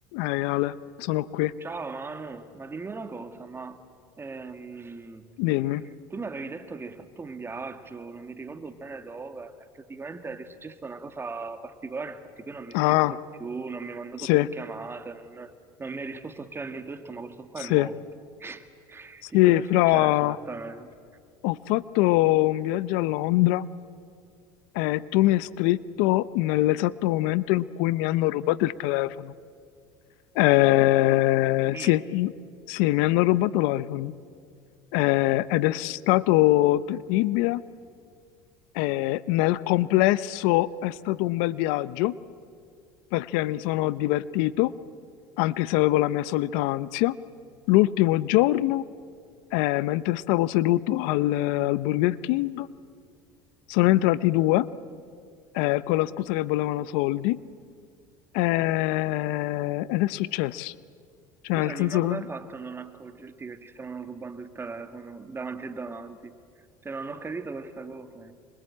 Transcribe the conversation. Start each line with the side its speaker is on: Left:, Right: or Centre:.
Left: Ehi Ale, sono qui,
Right: Ciao Manu, ma dimmi una cosa, ma ehm,
Left: dimmi.
Right: tu mi avevi detto che hai fatto un viaggio, non mi ricordo bene dove, e praticamente ti è successa una cosa particolare, infatti poi non mi hai
Left: Ah,
Right: scritto più, non mi hai mandato
Left: sì,
Right: più chiamate, non, non mi hai risposto più a niente, ho detto ma questo qua
Left: sì,
Right: è morto. <laughs>
Left: sì,
Right: Che cosa è
Left: fra...
Right: successo esattamente?
Left: Ho fatto un viaggio a Londra e tu mi hai scritto nell'esatto momento in cui mi hanno rubato il telefono. Eh,
Right: Mm.
Left: sì, m- sì, mi hanno rubato l'iPhone Eh, ed è stato terribile. Eh, nel complesso è stato un bel viaggio perché mi sono divertito. anche se avevo la mia solita ansia. L'ultimo giorno, eh, mentre stavo seduto al, al Burger King, sono entrati due, eh, con la scusa che volevano soldi, eh, ed è successo. Cioè,
Right: Scusami,
Left: nel senso
Right: ma come hai fatto a non accorgerti che ti stavano rubando il telefono davanti e davanti? Cioè non ho capito questa cosa.